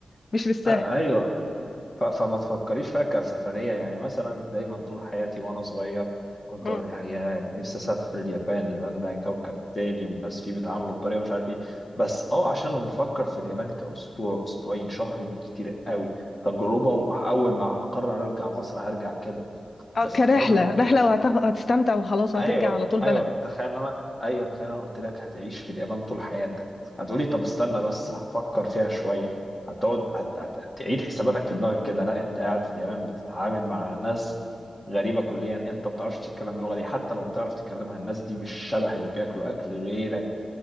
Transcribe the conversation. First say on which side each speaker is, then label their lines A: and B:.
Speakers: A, on the left (about 50°); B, on the left (about 20°).
A: مش بالسهل
B: آه ايوه ف- فما تفكريش فيها كسفرية يعني مثلا دايما طول حياتي وأنا صغير كنت
A: مم.
B: أقول يا يا نفسي أسافر اليابان اليابان ده كوكب تاني والناس فيه بيتعاملوا بطريقة مش عارف إيه بس أه عشان أنا بفكر في اليابان كأسبوع أسبوعين شهر كتير قوي تجربة وأول ما هقرر أرجع مصر هرجع كده
A: اه
B: بس
A: كرحله
B: تخيل أنا قلت
A: رحله وهتاخ- وهتستمتع وخلاص وهترجع
B: ايوه
A: على طول بلدك
B: ايوه تخيل إن انا ايوه تخيل إن انا قلت لك هتعيش في اليابان طول حياتك هتقولي طب استنى بس هفكر فيها شويه هتقعد هت... هت... هتعيد حساباتك في دماغك كده لا انت قاعد في اليابان بتتعامل مع ناس غريبه كليا انت ما بتعرفش تتكلم اللغه دي حتى لو بتعرف تتكلمها الناس دي مش شبهك بياكلوا اكل غيرك